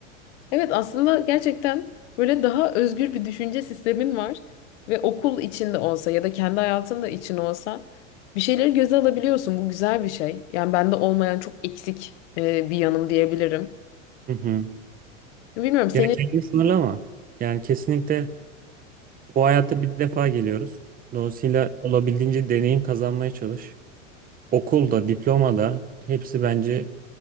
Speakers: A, on the left; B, on the right.
A: Evet aslında gerçekten böyle daha özgür bir düşünce sistemin var ve okul içinde olsa ya da kendi hayatında için olsa bir şeyleri göze alabiliyorsun. Bu güzel bir şey. Yani bende olmayan çok eksik e, bir yanım diyebilirim.
B: Hı hı.
A: Bilmiyorum senin
B: Ya kendini sınırlama. Yani kesinlikle bu hayatta bir defa geliyoruz. Dolayısıyla olabildiğince deneyim kazanmaya çalış. okulda, diplomada hepsi bence